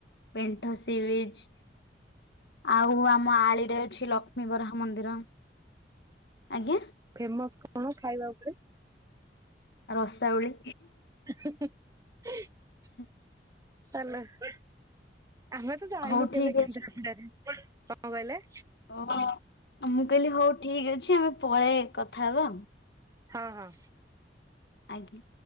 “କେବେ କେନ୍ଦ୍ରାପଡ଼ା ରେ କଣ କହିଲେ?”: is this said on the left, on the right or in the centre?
Right